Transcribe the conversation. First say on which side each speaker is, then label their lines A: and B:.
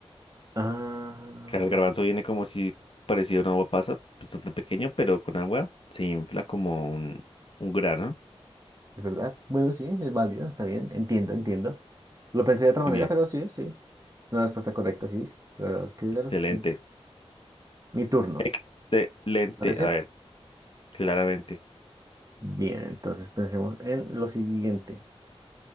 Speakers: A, on the right; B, on the left.
A: Ah.
B: Claro, el garbanzo viene como si parecido a una uva pasa, bastante pequeño, pero con agua se infla como un, un grano.
A: Es verdad. Bueno, sí, es válido, está bien. Entiendo, entiendo. Lo pensé de otra
B: Muy
A: manera,
B: bien,
A: pero sí, sí. Una respuesta correcta, sí. Claro, claro
B: excelente.
A: que sí. Mi turno,
B: Excelente.
A: ¿parece?
B: A ver, claramente.
A: Bien, entonces pensemos en lo siguiente.